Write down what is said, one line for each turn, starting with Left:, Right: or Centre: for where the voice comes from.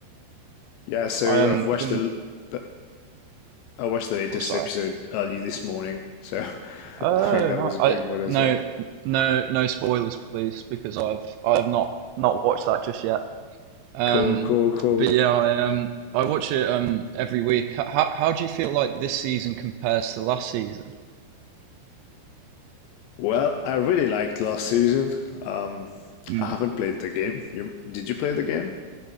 Left: Yeah, so
Right: I um
Left: I've watched
Right: been
Left: the the- I watched the latest
Right: oh, sorry.
Left: episode early this morning. So, <laughs>
Right: Oh
Left: I think that
Right: no,
Left: was a
Right: I
Left: good one
Right: no
Left: as well.
Right: no no spoilers, please, because I've I have not not watched that just yet. Um,
Left: Cool, cool, cool.
Right: but yeah, I um I watch it um every week. How how do you feel like this season compares to last season?
Left: Well, I really liked last season. Um,
Right: Mm.
Left: I haven't played the game. You did you play the game?